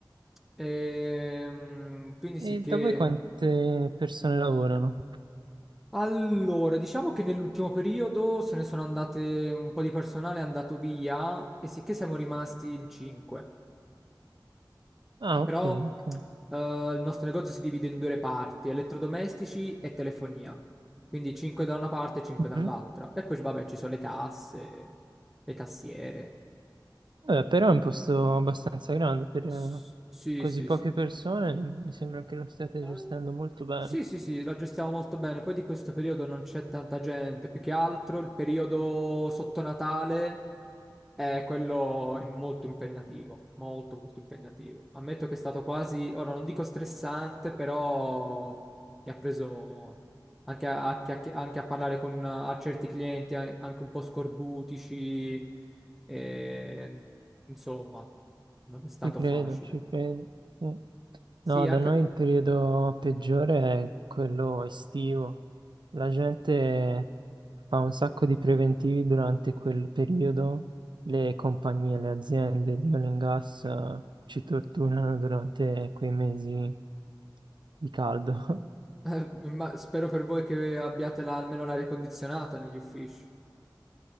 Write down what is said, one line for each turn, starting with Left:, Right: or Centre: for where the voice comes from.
Centre: Ehm, quindi sì
Right: E
Centre: che...
Right: da voi quante persone lavorano?
Centre: Allora, diciamo che nell'ultimo periodo se ne sono andate un po' di personale, è andato via e sì che siamo rimasti in cinque.
Right: Ah,
Centre: Però
Right: ok, ok.
Centre: eh, il nostro negozio si divide in due parti, elettrodomestici e telefonia. Quindi 5 da una parte e 5
Right: Mhm.
Centre: dall'altra. E poi vabbè, ci sono le casse, le cassiere.
Right: Vabbè, però è un posto abbastanza grande per eh,
Centre: S- Sì,
Right: così
Centre: sì,
Right: poche
Centre: sì.
Right: persone. Mi sembra che lo state
Centre: Eh,
Right: gestendo molto bene.
Centre: Sì, sì, sì, la gestiamo molto bene. Poi di questo periodo non c'è tanta gente, più che altro il periodo sotto Natale è quello è molto impegnativo, molto molto impegnativo. Ammetto che è stato quasi, ora non dico stressante, però mi ha preso anche a, a chiacch- anche a parlare con a certi clienti a- anche un po' scorbutici, e, insomma, non è stato
Right: Ci credo,
Centre: facile.
Right: ci credo. Sì.
Centre: Sì,
Right: No,
Centre: anche.
Right: da noi il periodo peggiore è quello estivo. La gente fa un sacco di preventivi durante quel periodo, le compagnie, le aziende di oil and gas eh, ci torturano durante quei mesi di caldo. <laughs>
Centre: Eh, ma spero per voi che abbiate la- almeno l'aria condizionata negli uffici.